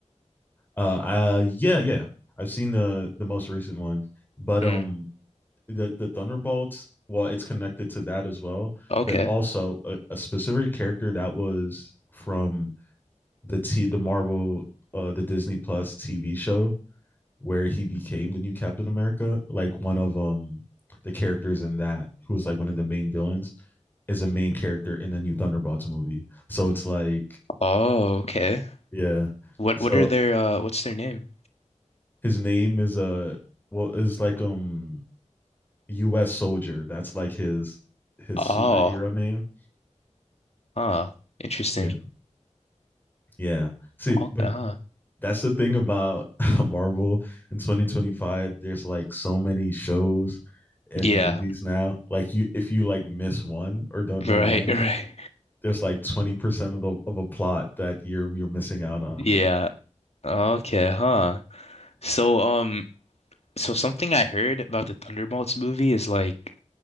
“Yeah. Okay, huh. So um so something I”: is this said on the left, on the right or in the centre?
Left